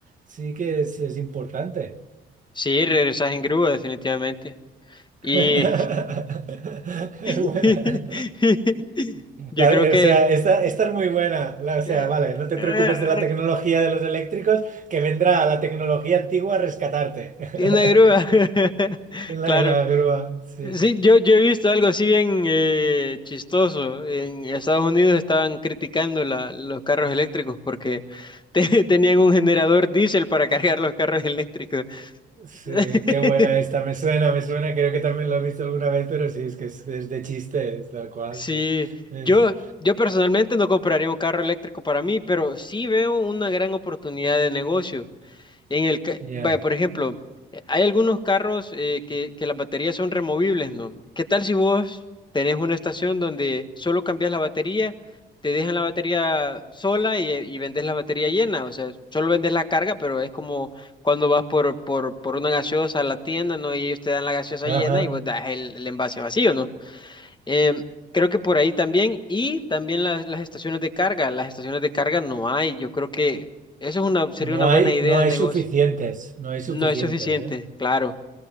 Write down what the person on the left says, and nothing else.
Sí, regresas en grúa definitivamente. Y
<laughs>
yo
creo
que
eh,
eh,
una grúa, <laughs>
claro.
Sí, yo, yo he visto algo así bien eh, chistoso. En Estados Unidos estaban criticando la- los carros eléctricos porque te- <laughs> tenían un generador diésel para cargar los carros eléctricos.
<laughs>
Sí,
yo,
yo personalmente no compraría un carro eléctrico para mí, pero sí veo una gran oportunidad de negocio. En el, ca-
vaya, por ejemplo, eh, hay algunos carros eh, que, que las baterías son removibles, ¿no? ¿Qué tal si vos tenés una estación donde solo cambias la batería, te dejan la batería sola y, y vendes la batería llena? O sea, solo vendes la carga, pero es como cuando vas por, por, por una gaseosa a la tienda, ¿no? Y ellos te dan la gaseosa
llena y vos das el, el envase vacío, ¿no? Em, creo que por ahí también, y también las, las estaciones de carga, las estaciones de carga no hay, yo creo que eso es una, sería
una buena
idea
de
negocio.
No es suficiente,
claro.